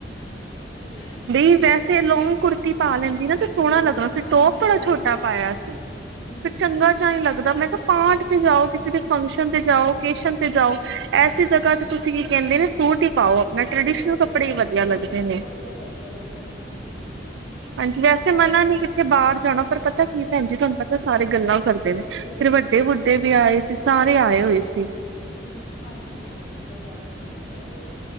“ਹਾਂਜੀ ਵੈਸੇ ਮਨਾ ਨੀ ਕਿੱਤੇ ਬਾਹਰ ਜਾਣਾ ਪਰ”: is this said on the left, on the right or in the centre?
Right